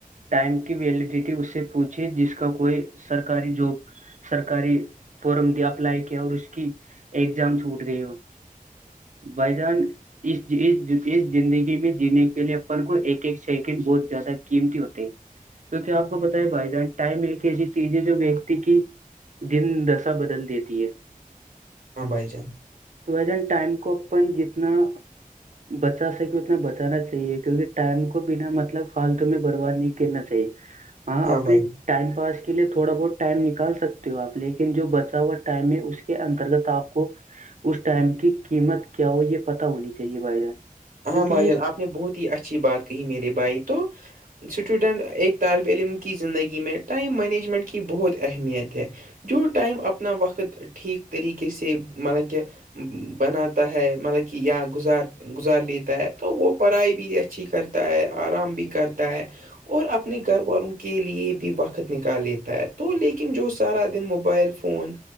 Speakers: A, on the right; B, on the right.
A: ٹائم کی ویلیڈیٹی اس سے پوچھی جس کا کوئی سرکاری جاب سرکاری فورم دیا اپلائی کیا اور اس کی ایگزام چھوٹ گئی ہو بھائی جان اس اس زندگی میں جینے کے لیے اپن کو ایک ایک سیکنڈ بہت زیادہ قیمتی ہوتے ہے
B: <inaudible>
A: تو کیا آپ کو پت ہے بھائی جان ٹائم ایک ایسی چیز ہے جو ویکتی کی دن د بدل دیتی ہے
B: ہاں بھائی جان
A: تون ٹائم کو اپن جتنا بچا سکے اتنا بچانا چاہیے کیونکہ ٹائم کو بنا مطلب فالتو میں برباد نہیں کرنا چاہیے ہاں اپنے
B: بھائی جان
A: ٹائم پاس کے لیے تھوڑا بہت ٹائم نکال سکتے ہو آپ لیکن جو ب ا ہوا ٹائم ہے اس کے انترگت آپ کو اس ٹائم کی قیمت کیا ہو یہ پتا ہونی چاہیے بھائی جان
B: ہاں
A: کیونکہ
B: مہاجن آپ نے بہت ہی اچھی بات کہی میرے بھائی تو اسٹوڈنٹ ایک طالب علم کی زندگی میں ٹائم مینجمنٹ کی بہت اہمیت ہے جو ائم اپنا وقت ٹھیک طریقے سے مطلب کہ بناتا ہے مطلب کہ یا گزار گزار لیتا ہے تو وہ پڑھائی بھی اچھی کرتا ہے آرام بھی کرتا ہے اور اپنے گھر والوں کے لیے بھی وقت نکال لیتا ہے تو لیکن جو سارا دن موبائل فون فون